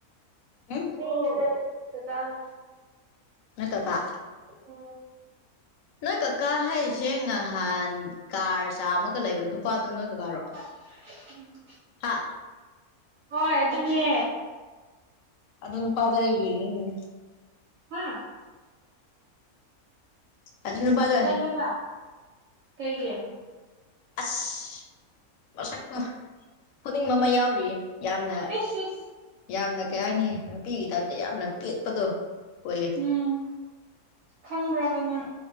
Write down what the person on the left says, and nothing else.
ꯎꯝ
ꯅꯣꯏ ꯀ ꯀꯥ
ꯅꯣꯏ ꯀꯀꯥ ꯍꯥꯏꯔꯤꯁꯦ ꯉꯍꯥꯟ ꯀꯥꯔ ꯆꯥꯝꯃꯒ ꯂꯩꯕ ꯅꯨꯄꯥꯗꯣ ꯅꯣꯏ ꯀꯀꯥꯔꯣ
ꯍꯥ
ꯑꯗꯨ ꯅꯨꯄꯥꯗꯣ ꯑꯩ ꯌꯦꯡꯅꯤꯡꯉꯤꯅꯤ
ꯑꯗꯨ ꯅꯨꯄꯥꯗꯨ
ꯑꯁ ꯃꯁꯛ ꯇꯣ ꯐꯨꯅꯤꯡꯕ ꯑꯃ ꯌꯥꯎꯔꯤꯌꯦ ꯌꯥꯝꯅ
ꯌꯥꯝꯅ ꯀꯩ ꯍꯥꯏꯅꯤ ꯅꯨꯄꯤꯒꯤꯇꯥꯏꯞꯇ ꯌꯥꯝꯅ ꯄꯦꯠꯄꯗꯣ ꯑꯣꯏꯌꯦ